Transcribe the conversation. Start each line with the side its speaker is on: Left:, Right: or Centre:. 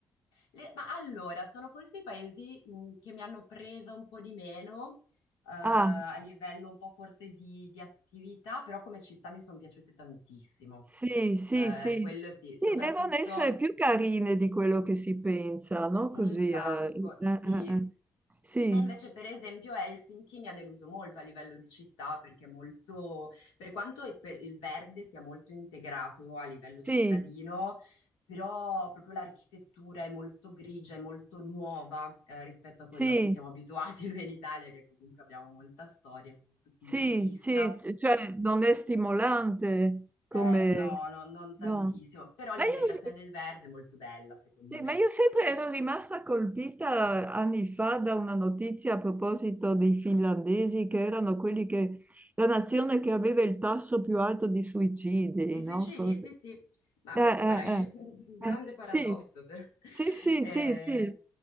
Left: Le- ma allora, sono forse i paesi mh, che mi hanno preso un po' di meno, eh, a
Right: Ah,
Left: livello un po' forse di, di attività, però come città mi sono piaciute tantissimo.
Right: sì, sì,
Left: Eh,
Right: sì.
Left: quello sì,
Right: Sì,
Left: soprattutto
Right: devono essere più carine di quello che si pensa, no? Così.
Left: Un sacco,
Right: eh, eh,
Left: sì.
Right: eh, eh. Sì,
Left: E invece, per esempio, Helsinki mi ha deluso molto a livello di città perché è molto, per quanto il per- il verde sia molto integrato a livello cittadino,
Right: sì,
Left: però proprio l'architettura è molto grigia, è molto nuova eh, rispetto a quello
Right: sì.
Left: a cui siamo abituati <laughs> noi in Italia, che comunque abbiamo molta storia su questo punto
Right: Sì,
Left: di vista.
Right: sì, c- cioè non è stimolante come...
Left: Eh, no, no, non
Right: No.
Left: tantissimo, però l'integrazione
Right: Ma io,
Left: del verde è molto bella, secondo
Right: sì,
Left: me.
Right: ma io sempre ero rimasta colpita anni fa da una notizia a proposito dei finlandesi, che erano quelli che... la nazione che aveva il tasso più alto di suicidi,
Left: Di
Right: no?
Left: suicidi,
Right: Forse.
Left: sì, sì, ma
Right: Eh,
Left: questo,
Right: eh,
Left: guarda,
Right: eh.
Left: <laughs> è un grande
Right: Eh,
Left: paradosso,
Right: sì,
Left: per-
Right: sì, sì,
Left: eh,
Right: sì, sì.